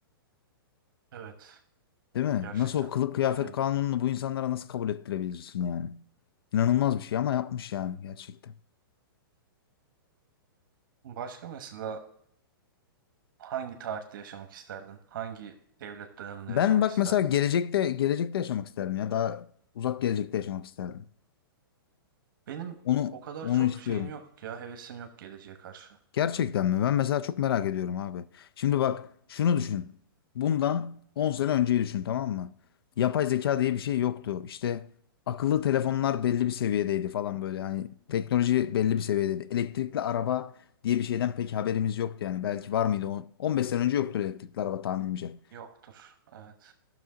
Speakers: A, on the right (about 60°); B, on the left (about 75°).
A: Evet.
B: Değil mi?
A: Gerçekten.
B: Nasıl o kılık kıyafet
A: Şimdi
B: kanununu bu insanlara nasıl kabul ettirebilirsin yani? İnanılmaz bir şey ama yapmış yani gerçekten.
A: başka mesela hangi tarihte yaşamak isterdin? Hangi devlet döneminde
B: Ben
A: yaşamak
B: bak
A: isterdin?
B: mesela gelecekte gelecekte yaşamak isterdim ya. Daha uzak gelecekte yaşamak isterdim.
A: Benim
B: Onu
A: o kadar
B: onu
A: çok
B: istiyorum.
A: şeyim yok ya. Hevesim yok geleceğe karşı.
B: Gerçekten mi? Ben mesela çok merak ediyorum abi. Şimdi bak şunu düşün. Bundan 10 sene önceyi düşün tamam mı? Yapay zeka diye bir şey yoktu. İşte akıllı telefonlar belli bir seviyedeydi falan böyle. Hani teknoloji belli bir seviyedeydi. Elektrikli araba diye bir şeyden pek haberimiz yoktu yani. Belki var mıydı? On- 15 sene önce yoktur elektrikli araba tahminimce.
A: Yoktur. Evet.